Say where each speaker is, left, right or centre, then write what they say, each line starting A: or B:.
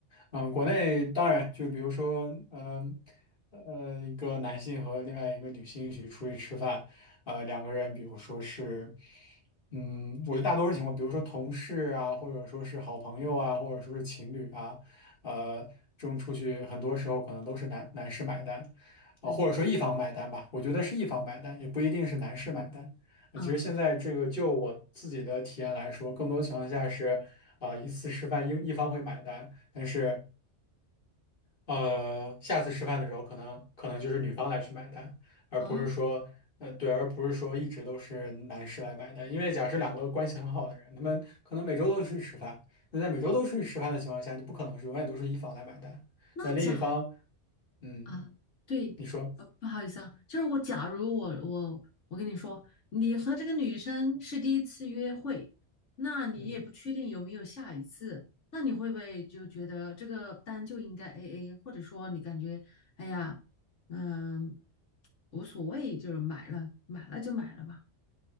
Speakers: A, on the left; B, on the left.
A: 嗯，国内当然就比如说，嗯呃，一个男性和另外一个女性一起出去吃饭，呃，两个人，比如说是，嗯，我觉得大多数情况，比如说同事啊，或者说是好朋友啊，或者说是情侣啊，呃，这种出去很多时候可能都是男男士买单，
B: 对，
A: 啊、或者说一方买单吧，我觉得是一方买单，也不一定是男士买单。呃，
B: 嗯，
A: 其实现在这个就我自己的体验来说，更多情况下是，啊、一次吃饭一一方会买单。但是呃，下次吃饭的时候，可能可能就是女方来去买单，而不是说，
B: 哦，
A: 呃，对，而不是说一直都是男士来买单。因为假设两个关系很好的人，他们可能每周都出去吃饭，那在每周都出去吃饭的情况下，你不可能是永远都是一方来买单，
B: 那假
A: 那另一方，嗯，
B: 啊，对，
A: 你说，
B: 呃，不好意思啊，就是我，假如我我我跟你说，你和这个女生是第一次约会，那你也不确定有没有下一次，
A: 嗯。
B: 那你会不会就觉得这个单就应该 AA，或者说你感觉，哎呀，嗯，无所谓，就是买了买了就买了吧，